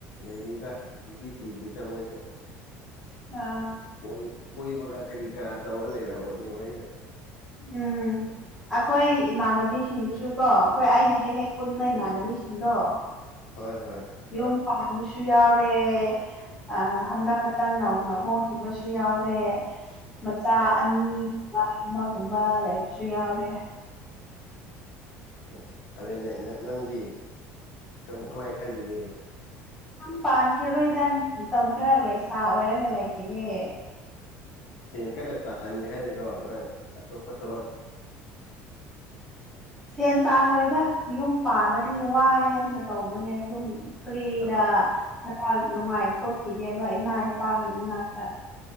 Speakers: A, on the left (about 70°); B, in the centre.
A: ꯂꯩꯔꯤꯗ ꯅꯨꯄꯤ ꯊꯤꯗ꯭ꯔꯤꯗ ꯃꯣꯏꯁꯨ
B: ꯑꯥ
A: ꯀꯣꯏ ꯀꯣꯏꯕꯒ ꯀꯔꯤ ꯀꯔꯥ ꯇꯧꯔ ꯂꯩꯔꯕꯅꯤ ꯃꯣꯏꯗ
B: ꯎꯝ ꯑꯩꯈꯣꯏ ꯏꯃꯥꯟꯅꯕꯤꯁꯤꯡꯗꯨꯁꯨꯀꯣ ꯑꯩꯈꯣꯏ ꯑꯩꯅ ꯍꯦꯛ ꯍꯦꯛ ꯄꯨꯟꯕ ꯏꯃꯥꯟꯅꯕꯤꯁꯤꯡꯗꯣ
A: ꯍꯣꯏ ꯍꯣꯏ
B: ꯌꯨꯝ ꯄꯥꯟꯕꯁꯨ ꯌꯥꯎꯔꯦ ꯑꯥ ꯍꯟꯗꯛ ꯈꯛꯇꯪ ꯅꯧꯅ ꯍꯣꯡꯈꯤꯕꯁꯨ ꯌꯥꯎꯔꯦ ꯃꯆꯥ
A: ꯑꯥ
B: ꯑꯅꯤꯒꯨꯝꯕ ꯑꯃꯒꯨꯝꯕ ꯂꯩꯕꯁꯨ ꯌꯥꯎꯔꯦ
A: ꯑꯦ ꯑꯗꯨꯗꯩ ꯅꯪꯗꯤ ꯀꯃꯥꯏ ꯈꯜꯂꯤꯒꯦ
B: ꯌꯨꯝꯄꯥꯟꯈꯤꯔꯣꯏꯗꯪꯡꯥ ꯃꯇꯝ ꯈꯔ ꯂꯩꯁꯥ ꯑꯣꯏꯔꯒ ꯂꯩꯈꯤꯒꯦ
A: ꯁꯦꯟ ꯀꯟꯅꯥ ꯇꯥꯍꯟꯒꯦ ꯍꯥꯏꯔꯤꯅꯣ ꯅꯪ ꯑꯇꯣꯞꯄ ꯊꯕꯛ
B: ꯁꯦꯟ ꯇꯥꯜꯂꯣꯏꯗ ꯌꯨꯝ ꯄꯥꯜꯂꯗꯤ ꯋꯥꯏꯑꯦꯅ ꯇꯧꯕꯅꯦ ꯑꯗꯕꯨ ꯐ꯭ꯔꯤꯗ
A: ꯊꯕꯛ
B: <inaudible> ꯅꯨꯡꯉꯥꯏ ꯊꯣꯛꯈꯤꯒꯦꯕ ꯏꯃꯥ ꯏꯄꯥꯒꯤ ꯃꯅꯥꯛꯇ